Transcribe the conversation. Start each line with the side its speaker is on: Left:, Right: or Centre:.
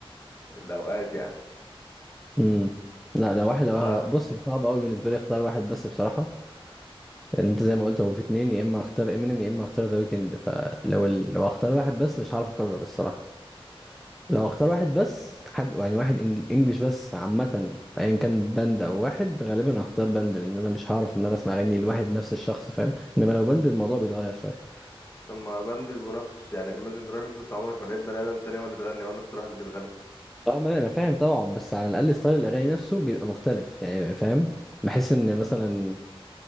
Left: الاوقات يعني
Centre: امم لا لا واحد لو
Left: فلا
Centre: ه- بص هو صعب قوي بالنسبه لي اختار واحد بس بصراحه لان انت زي ما قلت هو في اتنين يا اما اختار امينيم يا اما اختار ذا ويكند فلو ال... لو اختار واحد بس مش هعرف اقرر الصراحه لو اختار واحد بس حد يعني واحد إنج- انجليش بس عامة ايا كان باند او واحد غالبا هختار باند
Left: مم.
Centre: لان انا مش هعرف ان انا اسمع اغاني لواحد نفس الشخص فاهم انما لو باند الموضوع بيتغير شوية
Left: لما باند بيبقوا نفس يعني Imagine Dragons انت عمرك ما لقيت بني ادم تاني هو اللي بيغني هو نفس الواحد اللي بيغني
Centre: اه ما انا فاهم طبعا بس على الاقل ستايل الاغاني نفسه بيبقى مختلف يعني فاهم بحس ان مثلا